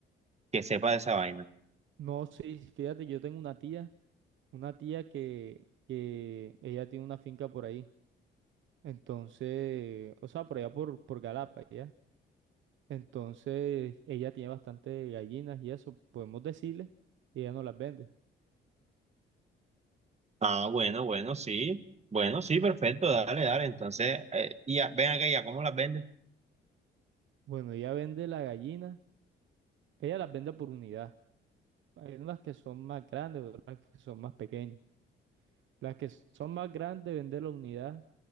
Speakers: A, on the right (about 35°); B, on the right (about 75°).
A: que sepa de esa vaina.
B: No, sí, fíjate, yo tengo una tía, una tía que, que ella tiene una finca por ahí. Entonces, o sea, por allá por, por Galapa, ¿ya? Entonces, ella tiene bastante gallinas y eso, podemos decirle, y ella no las vende.
A: Ah, bueno, bueno, sí. Bueno, sí, perfecto, dale, dale. Entonces, eh, y ya, ven acá, ya, ¿cómo las vendes?
B: Bueno, ella vende las gallinas, ella las vende por unidad. Hay unas que son más grandes, otras que son más pequeñas. Las que son más grandes vende la unidad